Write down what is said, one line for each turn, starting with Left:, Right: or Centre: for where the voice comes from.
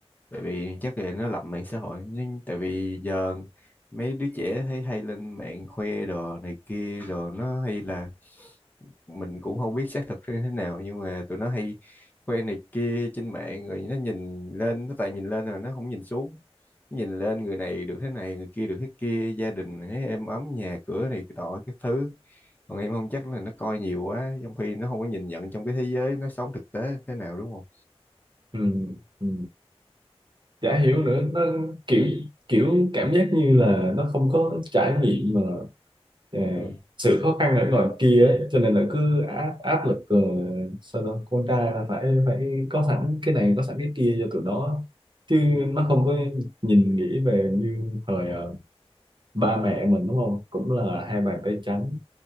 Left: tại vì chắc là nó lầm mạng xã hội nhưng tại vì giờ mấy đứa trẻ thấy hay lên mạng khoe đồ này kia đồ nó hay là mình cũng không biết xác thực như thế nào nhưng mà tụi nó hay khoe này kia trên mạng rồi nó nhìn lên nó toàn nhìn lên rồi nó không nhìn xuống Nó nhìn lên người này được thế này người kia được thế kia gia đình thấy êm ấm nhà cửa này cái tọ các thứ còn em không chắc là nó coi nhiều quá trong khi nó không có nhìn nhận trong cái thế giới nó sống thực tế thế nào đúng không
Right: ừ. Ừ. chả hiểu nữa nó kiểu kiểu cảm giác như là nó không có trải nghiệm mà ờ,
Left: ừ.
Right: sự khó khăn ở ngoài kia ấy. cho nên là cứ áp áp lực ờ, sao đó con trai là phải phải có sẵn cái này có sẵn cái kia cho tụi nó chứ
Left: Ừ.
Right: nó không có nhìn nghĩ về như thời ờ, ba mẹ mình đúng không cũng là hai bàn tay trắng